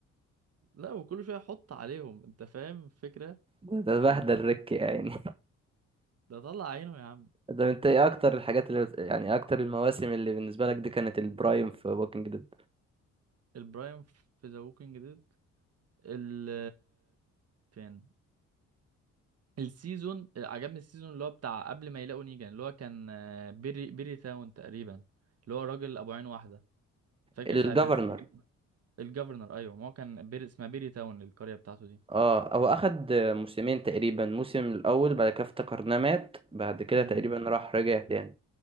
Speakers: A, on the right (about 55°); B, on the right (about 20°).
A: لا وكل شويه حط عليهم انت فاهم الفكره
B: ده ده بهدل
A: يعني هو
B: ريك يعني
A: ده طلع عينه يا عم
B: <laughs> ده انت ايه اكتر الحاجات اللي بت... يعني اكتر المواسم اللي بالنسبة لك دي كانت البرايم في ووكينج ديد
A: البرايم في ذا ووكينج ديد ال فين السيزون عجبني السيزون اللي هو بتاع قبل ما يلاقوا نيجان اللي هو كان آه، بيري بيري تاون تقريبا اللي هو راجل ابو عين واحده فاكر
B: الجفرنر
A: ساعه السجن الجفرنر ايوه ما هو كان بيري اسمها بيري تاون القريه بتاعته دي
B: اه هو اخد موسمين تقريبا موسم الاول بعد كده افتكرناه مات بعد كده
A: مم.
B: تقريبا راح رجع تاني